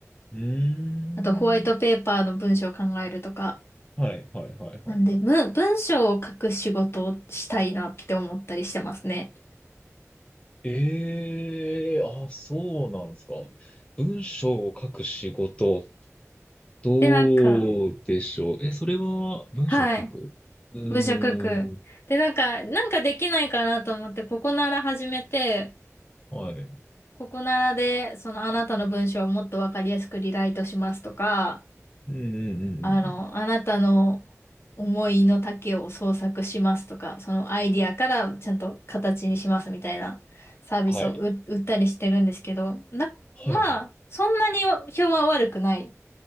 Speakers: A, on the left; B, on the left.
A: うーん。
B: あとホワイトペーパーの文章を考えるとか。
A: はい、はい、はい、はい。
B: なんで、
A: はい
B: 文、文章を書く仕事をしたいなって思ったりしてますね。
A: ええ、あ、そうなんですか。文章を書く仕事、どうでしょう。
B: で、なんか、
A: え、それは文章を書くうーん。
B: はい。文章書く。で、なんか、なんかできないかなと思って、ここなら始めて、
A: はい。
B: ここならで、そのあなたの文章をもっとわかりやすくリライトしますとか、
A: うんうんうんうんうん。
B: あの、あなたの思いの丈を創作しますとか、そのアイディアからちゃんと形にしますみたいなサービスを売、
A: はい。
B: 売ったりしてるんですけど、な、
A: はいはい。
B: まあ、そんなに評判は悪くない